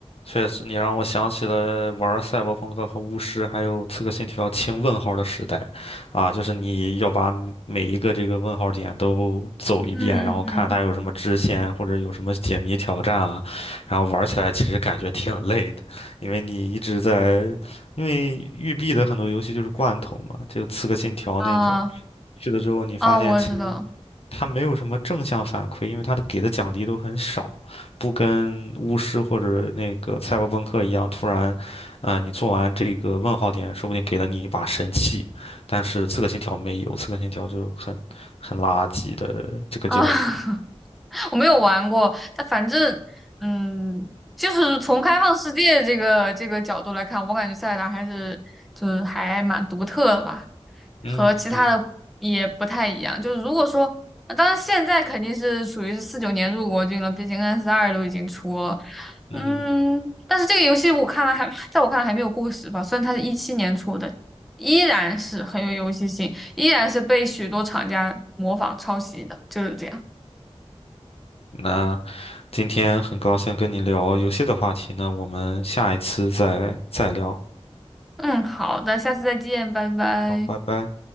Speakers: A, on the left; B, in the centre.
A: 确实，你让我想起了玩赛博朋克和巫师，还有刺客信条清问号的时代，啊，就是你要把每一个这个问号点都走一遍，
B: 嗯嗯嗯，
A: 然后看它有什么支线或者有什么解谜挑战啊，然后玩起来其实感觉挺累的，因为你一直在，因为育碧的很多游戏就是罐头嘛，就刺客信条那种，
B: 啊
A: 去了之后你发现。
B: 啊，我知道。
A: 他没有什么正向反馈，因为他的给的奖励都很少，不跟巫师或者那个赛博朋克一样，突然，啊，你做完这个问号点，说不定给了你一把神器，但是刺客信条没有，刺客信条就很很垃圾的这个交互。
B: 啊，<laughs> 我没有玩过，但反正，嗯，就是从开放世界这个这个角度来看，我感觉塞尔达还是就是还蛮独特的吧，
A: 嗯嗯
B: 和其他的也不太一样。就是如果说，呃当然现在肯定是属于是四九年入国军了，毕竟 N S 二都已经出了，
A: 嗯哼
B: 嗯，但是这个游戏我看来还，在我看来还没有故事吧，虽然它是一七年出的，依然是很有游戏性。依然是被许多厂家模仿抄袭的，就是这样。
A: 那今天很高兴跟你聊游戏的话题呢，我们下一次再再聊。
B: 嗯，好的，下次再见，拜拜。
A: 好，拜拜。